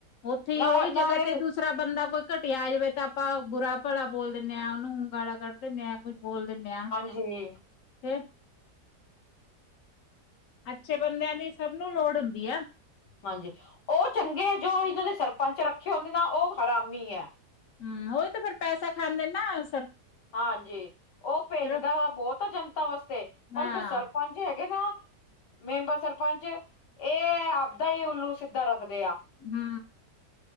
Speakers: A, on the left (about 65°); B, on the left (about 85°).
A: ੳਥੇ ਹੀ
B: ਨਾ
A: ੳਹੀ
B: ਨਾਲੇ
A: ਜਗ੍ਹਾ ਤੇ
B: ਹਮ
A: ਦੂਸਰਾ ਬੰਦਾ ਕੋਈ ਘਟੀਆ ਆ ਜਾਵੇ ਤਾਂ ਆਪਾਂ ਬੁਰਾ ਭਲਾ ਬੋਲ ਦਿੰਨੇ ਆਂ, ੳਨੂੰ ਗਾਲਾਂ ਕੱਢ ਦਿੰਨੇ ਆਂ, ਕੁੱਛ ਬੋਲ ਦਿੰਨੇ ਆ।
B: ਜਿਵੇਂ
A: ਹੇ ਅੱਛੇ ਬੰਦੇਆਂ ਦੀ ਸਭ ਨੂੰ ਲੋੜ ਹੁੰਦੀ ਆ।
B: ਹਾਂਜੀ ਉਹ ਚੰਗੇ ਏ, ਜੋ ਏਨਾਂ ਦੇ ਸਰਪੰਚ ਰੱਖੇ ਹੁੰਦੇ ਨਾ ਉਹ ਹਰਾਮੀ ਐ।
A: ਹੂੰ, ੳਈ ਤੇ ਫੇਰ ਪੈਸਾ ਖਾਂਦੇ ਨਾ ਸਰ
B: ਹਾਂਜੀ ੳਹ ਭੇਜਦਾ
A: ਫਿਰ
B: ਵਾ ਬਹੁਤ ਆ ਜਨਤਾ ਵਾਸਤੇ, ਪਰ
A: ਹਾਂ
B: ਜੋ ਸਰ ਸਰਪੰਚ ਹੈਗੇ ਨਾ ਮੈਂਬਰ ਸਰਪੰਚ ਏ ਆਪਦਾ ਹੀ ਉੱਲੂ ਸਿੱਧਾ ਰੱਖਦੇ ਆ।
A: ਹੂੰ।